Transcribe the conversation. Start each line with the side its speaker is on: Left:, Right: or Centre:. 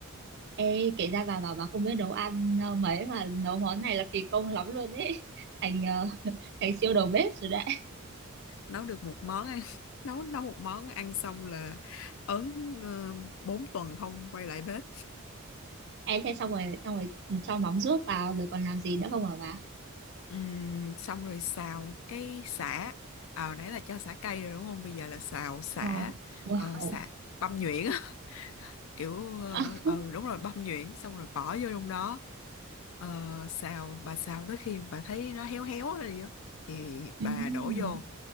Right: Ê, kể ra bà bảo bà không biết nấu ăn ờ, mấy mà nấu món này là kỳ công lắm luôn ấy. <laughs> Thành ờ, <laughs> thành siêu đầu bếp rồi đấy.
Left: nấu được một món ăn <laughs> nấu nấu một món ăn xong là ớn ờ, bốn tuần không quay lại bếp
Right: Ê, thế xong rồi xong rồi cho mắm ruốc vào rồi còn làm gì nữa không hả bà?
Left: Ừm, xong rồi xào cái sả à, nãy là cho sả cay rồi đúng không bây giờ là xào sả
Right: Ờ, wow.
Left: ờ, sả băm nhuyễn á. <laughs> kiểu ờ
Right: <laughs>
Left: ừ, đúng rồi băm nhuyễn xong rồi bỏ vô trong đó Ờ, xào bà xào tới khi bà thấy nó héo héo rồi á thì
Right: Ừm,
Left: bà đổ vô